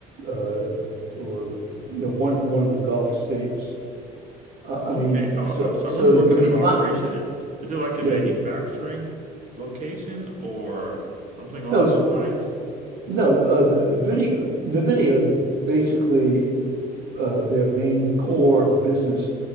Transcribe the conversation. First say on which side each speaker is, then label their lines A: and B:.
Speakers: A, on the right; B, on the right.
A: uh, or you know one one of the Gulf states uh, I
B: Okay,
A: mean,
B: uh, uh,
A: so
B: so
A: so
B: I wonder what
A: it's gonna
B: kind
A: be
B: of
A: fine.
B: operation it, is it like
A: Yeah,
B: a manufacturing location or something along
A: no, s-
B: those lines?
A: no. Uh, the video, NVIDIA basically uh, their main core business